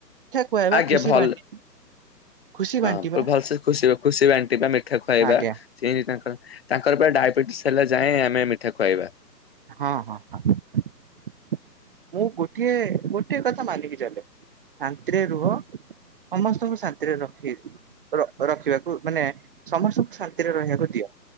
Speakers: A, on the right; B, on the left.
A: ଖୁଆଇବା
B: ଆଜ୍ଞା
A: ଖୁସି
B: ଭଲ
A: ବାଣ୍ଟି ଖୁସି ବାଣ୍ଟିବା
B: ହଁ ପୁର ଭଲସେ ଖୁସି-ଖୁସି ବାଣ୍ଟିବା ମିଠା ଖୁଆଇବା
A: ଆଜ୍ଞା
B: ସେ ତାଙ୍କର-ତାଙ୍କର ପୁର ଡାଇବେଟିସ୍ ହେଲା। ଯାଏଁ ଆମେ ମିଠା ଖୁଆଇବା।
A: ହଁ-ହଁ-ହ। ମୁଁ ଗୋଟିଏ ଗୋଟେ କଥା ମାନିକି ଚାଲେ ଶନ୍ତିରେ ରୁହ। ସମସ୍ତଙ୍କୁ ଶାନ୍ତିରେ ରଖି-ରଖି ରଖିବାକୁ ମାନେ ସମସ୍ତଙ୍କୁ ଶା ଥିରେ ରହିବାକୁ ଦିଅ